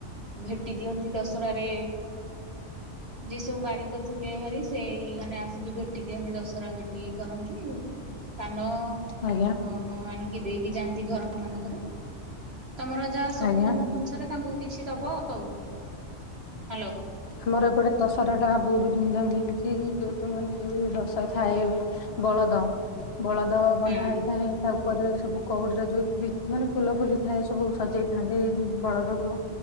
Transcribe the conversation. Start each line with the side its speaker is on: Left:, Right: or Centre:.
Right: ଭେଟି ଦିଅନ୍ତି ଦଶରାରେ। ଯେ ସବୁ ବାରିକ ଥିବେ ଭାରି ସେ ମାନେ ଆସିକି ଭେଟି ଦିଅନ୍ତି ଦଶ ରା ଭେଟି କରନ୍ତି। ପାନ
Left: ଆଜ୍ଞା
Right: ଅ ଆଣିକି ଦେଇକି ଯାଆନ୍ତି ଘର ଆମାନଙ୍କର। ତମର ଯାହା ସକ୍ଷମ
Left: ଆଜ୍ଞା।
Right: ଅନୁସାରେ ତାଙ୍କୁ କିଛି ଦବ ଆଉ। ହାଲୋ।
Left: ଆମର ଏପଟେ ଦଶରା ଟା ବହୁତ ଧୁମଧାମରେ ହେଉଛି ଯେହେତୁ ମାନେ ଦଶରା ଥାଏ। ବ ବଳଦ ବଳଦ
Right: ହୁଁ
Left: ବନ୍ଧା ହେଇଥାଏ ତା ପରେ ସବୁ କଉଡିରେ ଯୋଉ ମାନେ ଫୁଲ ଫୁଲି ଥାଏ ସବୁ ସଜେଇ ଥାନ୍ତି ବଳଦକୁ।